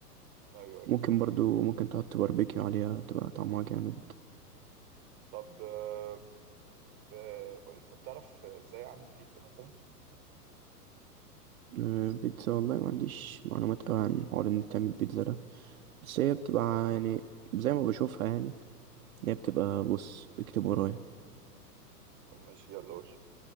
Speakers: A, on the right; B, on the right.
A: ايوه ايوه
B: ممكن برضو ممكن تحط باربيكيو عليها تبقى طعمها جامد
A: طب آه، آه، طب تعرف ازاي اعمل بيتزا مثلا
B: آه، بيتزا والله ما عنديش معلومات قوي عن حوار ان انت تعمل بيتزا ده بس هي بتبقى يعني زي ما بشوفها يعني هي بتبقى بص اكتب ورايا
A: طب ماشي يلا قول